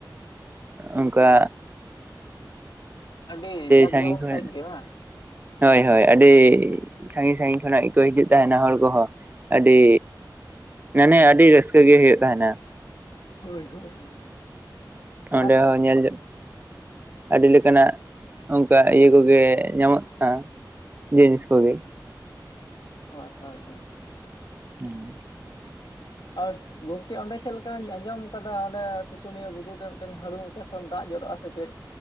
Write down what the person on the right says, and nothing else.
ᱚᱱᱠᱟ
ᱥᱟᱺᱜᱤᱧ ᱠᱷᱚᱱ
ᱦᱳᱭ ᱦᱳᱭ ᱟᱹᱰᱤ ᱥᱟᱺᱜᱤᱧ ᱥᱟᱺᱜᱤᱧ ᱠᱷᱚᱱᱟᱜ ᱜᱮ ᱠᱚ ᱦᱤᱡᱩᱜ ᱛᱟᱦᱮᱱᱟ ᱦᱚᱲ ᱠᱚᱦᱚᱸ᱾ ᱟᱹᱰᱤ ᱢᱟᱱᱮ ᱟᱹᱰᱤ ᱨᱟᱹᱥᱠᱟᱹ ᱜᱮ ᱦᱩᱭᱩᱜ ᱛᱟᱦᱮᱱᱟ᱾
ᱚᱸᱰᱮ
ᱦᱚᱸ ᱧᱮᱞ ᱟᱹᱰᱤ ᱞᱮᱠᱟᱱᱟᱜ ᱚᱱᱠᱟ ᱤᱭᱟᱹ ᱠᱚᱜᱮ ᱧᱟᱢᱚᱜᱼᱟ ᱡᱤᱱᱤᱥ ᱠᱚᱜᱮ
ᱦᱩᱸ